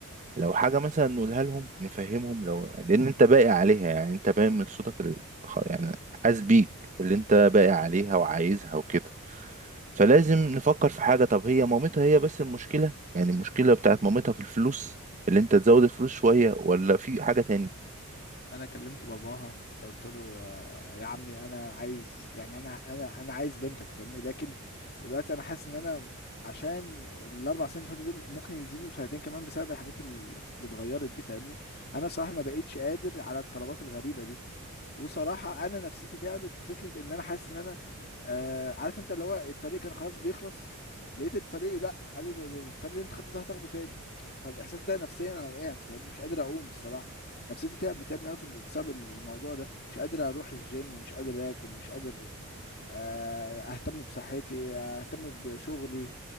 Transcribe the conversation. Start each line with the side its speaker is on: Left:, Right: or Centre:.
Right: لو حاجة مثلا نقولها لهم نفهمهم لو لأن أنت باقي عليها يعني أنت باين من صوتك ال... خ- يعني حاسس بيك اللي أنت باقي عليها وعايزها وكده فلازم نفكر في حاجة طب هي مامتها هي بس المشكلة يعني المشكلة بتاعت مامتها في الفلوس اللي أنت تزود الفلوس شوية ولا في حاجة تاني
Left: انا كلمت باباها قلت له آه، يا عمي انا عايز يعني انا انا انا عايز بنتك فاهمني لكن دلوقتي انا حاسس ان انا عشان الاربع سنين اللي فاتوا دول ممكن يزيدوا سنتين كمان بسبب الحاجات ال- اللي اتغيرت دي فاهمني انا صراحه ما بقيتش قادر على الطلبات الغريبه دي وصراحة أنا نفسيتي تعبت في فكرة إن أنا حاسس إن أنا آه عارف أنت اللي هو الطريق كان خلاص بيخلص لقيت الطريق لأ قال لي ده ده- ده الطريق اللي أنت خدته ده هتاخده تاني فالإحساس ده نفسيا أنا وقعت فاهمني مش قادر أقوم الصراحة نفسيتي تعبت تعبني أوي في الم- بسبب الموضوع ده مش قادر أروح الجيم مش قادر آكل مش قادر آه أهتم بصحتي آه، أهتم بشغلي